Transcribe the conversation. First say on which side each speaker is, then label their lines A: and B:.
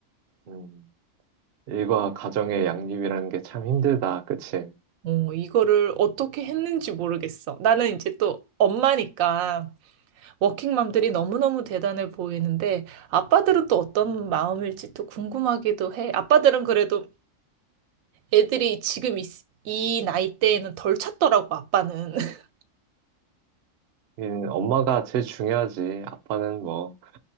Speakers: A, on the right; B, on the right.
A: 음, 일과 가정의 양립이라는 게 참 힘들다. 그치?
B: 어, 이거를 어떻게 했는지 모르겠어. 나는 이제 또 엄마니까 워킹맘들이 너무너무 대단해 보이는데 아빠들은 또 어떤 마음일지 또 궁금하기도 해. 아빠들은 그래도 애들이 지금 이, 이 나이대에는 덜 찾더라고, 아빠는. <laughs>
A: 음, 엄마가 제일 중요하지. 아빠는 뭐